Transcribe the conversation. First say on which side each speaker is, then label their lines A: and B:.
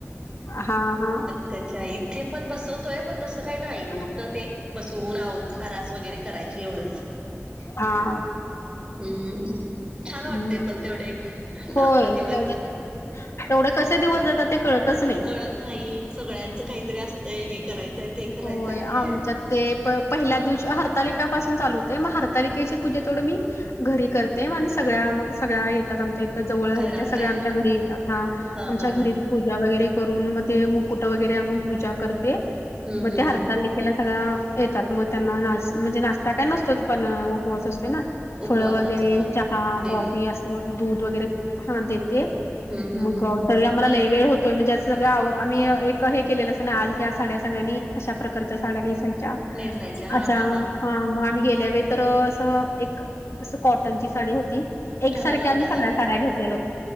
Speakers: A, on the left (about 70°); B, on the right (about 20°).
A: हा हा
B: त्याच्या इथे पण बसवतोय. पण तसं काही नाही
A: हा
B: फक्त ते बसवून आवर आरास वगैरे करायची एवढंच.
A: हा,
B: हम्म छान
A: हम्म
B: वाटतय पण तेवढे एक
A: होय
B: अकरा दिवस.
A: तेवढे तेवढे कसे दिवस जातात ते कळतच नाही.
B: कळत नाही सगळ्यांच काहीतरी असतंय हे करायचंय. ते करायचंय
A: होय आमच्यात. ते प पहिल्या दिवशी हरतालिकापासून चाल होते मग हरतालिकेची पूजा तेवढं मी. घरी करते मग आणि सगळ्या मग सगळ्या येतात आमच्या. त्या जवळ आहेत
B: घरात
A: त्या सगळ्या
B: काय
A: आमच्या घरी येतात हा आमच्या
B: हा हा
A: घरी. पूजा वगैरे करून मग ते मुकुट वगैरे आणून पूजा करते.
B: हम्म
A: मग
B: हम्म
A: त्या हरताल
B: हम्म
A: लेखेला सगळं येतात मग त्यांना नाष म्हणजे नाष्टा काय नसतोच पण उपवास असतो. हे ना
B: उपवासाचं
A: फळ वगैरे
B: हा
A: चहा
B: देणं
A: कॉफी असं दूध वगैरे हा देते.
B: हम्म
A: मग.
B: हम्म हम्म
A: तरी आम्हाला लैवेळ होतोय म्हणजे असं सगळ आवर आम्ही एक हे केलेलं असं ना आज या साड्या सगळ्यांनी. अशा प्रकारच्या साड्या नेसायच्या
B: नेसायच्या हा
A: असा.
B: हा
A: हा मग आम्ही गेल्या वेळेतर असं एक अस कॉटनची साडी होती. एकसारख्या
B: ठरवलं होता
A: आम्ही सगळ्या
B: काय
A: साड्या घेतलेलो.